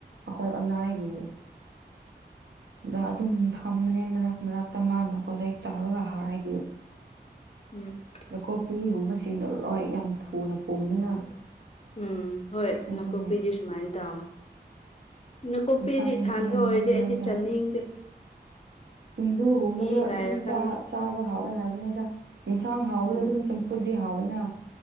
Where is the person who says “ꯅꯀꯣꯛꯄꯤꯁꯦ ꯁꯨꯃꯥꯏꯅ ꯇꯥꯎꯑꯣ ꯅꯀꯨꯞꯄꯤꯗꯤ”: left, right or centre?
Left